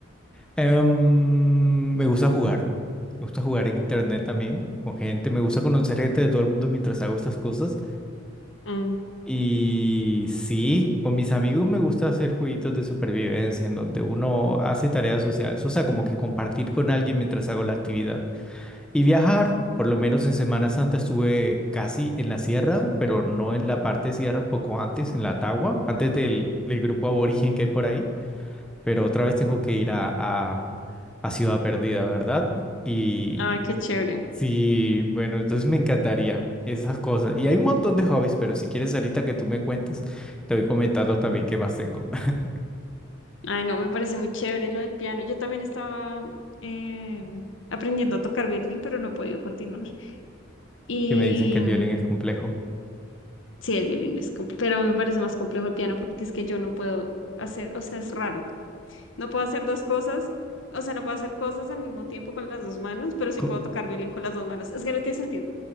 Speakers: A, in the centre; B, on the left.
A: Em, me gusta jugar, me gusta jugar en internet también, con gente, me gusta conocer gente de todo el mundo mientras hago estas cosas.
B: Mm.
A: Y sí, con mis amigos me gusta hacer jueguitos de supervivencia en donde uno hace tareas sociales, o sea, como que compartir con alguien mientras hago la actividad. Y viajar, por lo menos en Semana Santa estuve casi en la sierra, pero no en la parte sierra, un poco antes, en la Tagua, antes del, del grupo aborigen que hay por ahí. Pero otra vez tengo que ir a, a, a Ciudad Perdida, ¿verdad? y
B: Ah, qué chévere.
A: Sí, bueno, entonces me encantaría esas cosas. Y hay un montón de hobbies, pero si quieres ahorita que tú me cuentes, te voy comentando también qué más tengo. <laughs>
B: Ay, no, me parece muy chévere lo del piano. Yo también estaba eh, aprendiendo a tocar violín, pero no he podido continuar. Y
A: Que me dicen que el
B: mm,
A: violín es complejo.
B: sí, el violín es complejo, pero me parece más complejo el piano porque es que yo no puedo hacer, o sea, es raro. No puedo hacer dos cosas, o sea, no puedo hacer cosas al mismo tiempo con las dos manos, pero sí
A: Cu-
B: puedo tocar violín con las dos manos. Es que no tiene sentido,